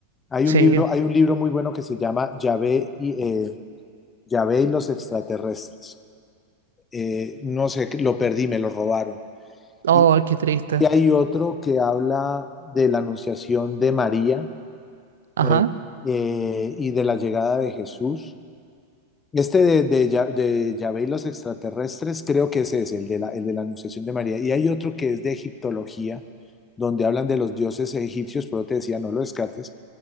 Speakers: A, on the left; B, on the right.
A: Hay
B: Sí.
A: un libro, hay un libro muy bueno que se llama Yahvé y, eh, Yahvé y los extraterrestres. Eh, no sé, lo perdí, me lo robaron.
B: Oh,
A: Y,
B: qué triste.
A: y hay otro que habla de la anunciación de María
B: Ajá,
A: eh, eh, y de la llegada de Jesús. Este de, de, Ya- de Yahvé y los extraterrestres creo que ese es el de la, el de la anunciación de María. Y hay otro que es de egiptología, donde hablan de los dioses egipcios, pero te decía, no lo descartes,